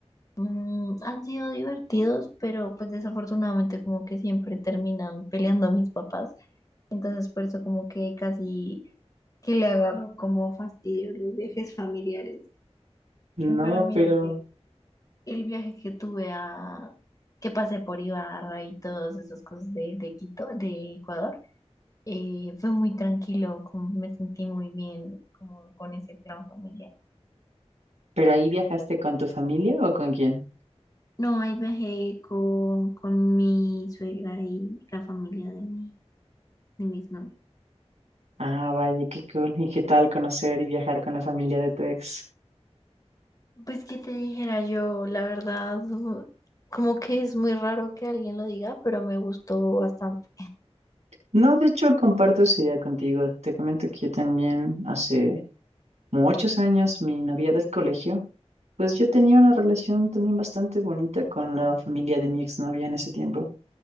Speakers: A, on the left; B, on the right.
A: mm, han sido divertidos, pero pues desafortunadamente como que siempre terminan peleando mis papás, entonces por eso como que casi que le agarro como fastidio los viajes familiares.
B: No,
A: Pero mira
B: pero,
A: que el viaje que tuve a, que pasé por Ibarra y todas esas cosas de, de Quito, de Ecuador, eh, fue muy tranquilo, como me sentí muy bien como con ese plan familiar.
B: pero ahí viajaste con tu familia o con quién?
A: No, ahí viajé con, con mi suegra y la familia de mi, de mis novios.
B: Ah, vaya, qué cool. ¿Y qué tal conocer y viajar con la familia de tu ex?
A: Pues que te dijera yo, la verdad, como que es muy raro que alguien lo diga, pero me gustó bastante.
B: No, de hecho, comparto esa idea contigo. Te comento que yo también hace muchos años, mi novia del colegio, pues yo tenía una relación también bastante bonita con la familia de mi exnovia en ese tiempo.